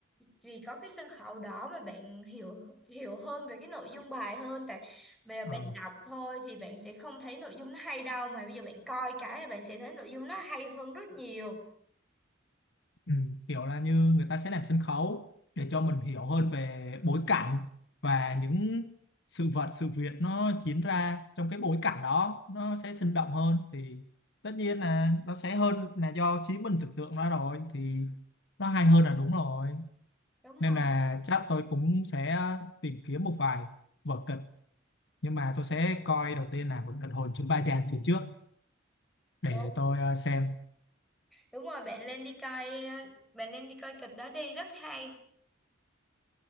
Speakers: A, in the centre; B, on the left (about 65°).
A: vì có cái sân khấu đó mà bạn hiểu hiểu hơn về cái nội dung bài hơn tại bây giờ bạn
B: Ờ.
A: đọc thôi thì bạn sẽ không thấy nội dung nó hay đâu mà bây giờ bạn coi cái là bạn sẽ thấy nội dung nó hay hơn rất nhiều.
B: Ừ, kiểu là như người ta sẽ làm sân khấu để cho mình hiểu hơn về bối cảnh và những sự vật sự việc nó diễn ra trong cái bối cảnh đó nó sẽ sinh động hơn thì tất nhiên là nó sẽ hơn là do trí mình tưởng tượng ra rồi thì nó hay hơn là đúng rồi
A: Đúng rồi.
B: nên là chắc tôi cũng sẽ tìm kiếm một vài vở kịch nhưng mà tôi sẽ coi đầu tiên là vở kịch Hồn Chứng Ba Giang thì trước để
A: Đúng.
B: tôi ờ, xem
A: Đúng rồi, bạn lên đi coi bạn lên đi coi kịch đó đi rất hay.